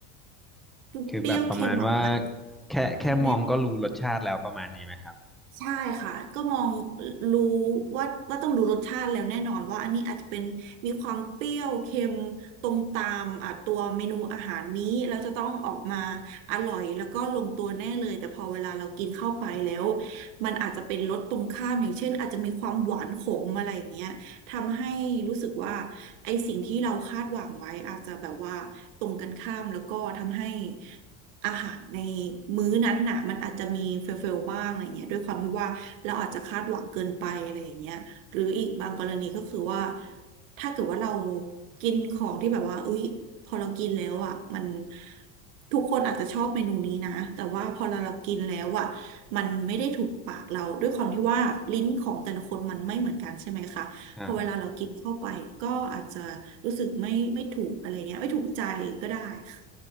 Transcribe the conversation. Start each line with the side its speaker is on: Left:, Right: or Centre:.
Right: เปรี้ยวเค็มออกมา
Centre: คือแบบประมาณว่าแค่แค่มองก็รู้รสชาติแล้วประมาณนี้ไหมครับ
Right: แน่ ใช่ค่ะก็มองรู้ว่าว่าต้องดูรสชาติแล้วแน่นอนว่าอันนี้อาจจะเป็นมีความเปรี้ยวเค็มตรงตามอ่ะตัวเมนูอาหารนี้แล้วจะต้องออกมาอร่อยแล้วก็ลงตัวแน่เลยแต่พอเวลาเรากินเข้าไปแล้วมันอาจจะเป็นรสตรงข้ามอย่างเช่นอาจจะมีความหวานขมอะไรอย่างเงี้ยทำให้รู้สึกว่าไอสิ่งที่เราคาดหวังไว้อาจจะแบบว่าตรงกันข้ามแล้วก็ทำให้ อาหารในมื้อนั้นน่ะมันอาจจะมีเฟลเฟลบ้างอะไรเงี้ยด้วยความที่ว่าเราอาจจะคาดหวังเกินไปอะไรอย่างเงี้ยหรืออีกบางกรณีก็คือว่าถ้าเกิดว่าเรากินของที่แบบว่าเอ้ยพอเรากินแล้วอ่ะมันทุกคนอาจจะชอบเมนูนี้นะแต่ว่าพอเราเรากินแล้วอ่ะมันไม่ได้ถูกปากเราด้วยความที่ว่าลิ้นของแต่ละคนมันไม่เหมือนกันใช่ไหมคะพอเวลาเรากินเข้าไปก็อาจจะรู้สึกไม่ไม่ถูกอะไรเงี้ยไม่ถูกใจก็ได้ค่ะ
Centre: ครับ